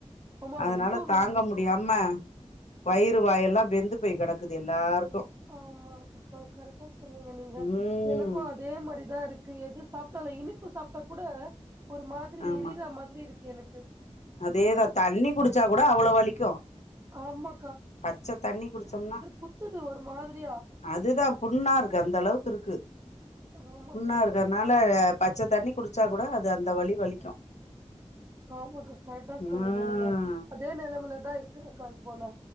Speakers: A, on the right; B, on the left.
A: ஆமா
B: அதனால
A: ரொம்ப வெயில்
B: தாங்க முடியாம வயிறு வாயெல்லா வெந்து போய் கெடக்குது எல்லாரு
A: ஆமாங் கா கரெக்டா சொன்னீங்க நீங்க
B: ம்
A: எனக்கும் அதே மாரி தா இருக்கு எது சாப்டாலு இனிப்பு சாப்டா கூட ஒரு மாதிரி
B: ஆமா
A: எரிர மாதிரி இருக் எனக்கு
B: அதேதா தண்ணி குடிச்சா கூட அவ்ளோ வலிக்கும்
A: ஆமா
B: பச்ச தண்ணி குடிச்சோம்னா
A: குத்துது ஒரு மாதிரியா
B: அதுதா புண்ணாருக்கு அந்த அளவுக்கு இருக்கு
A: ஆமாக்கா
B: புண்ணா இருக்கனால பச்சத்தண்ணி குடிச்சா கூட அது அந்த வலி வலிக்கும்
A: ஆமாக்கா கரெக்டா
B: ம்
A: சொன்னீங்க நீங்க அதே நெலமலதா இருக்குற கால் போனா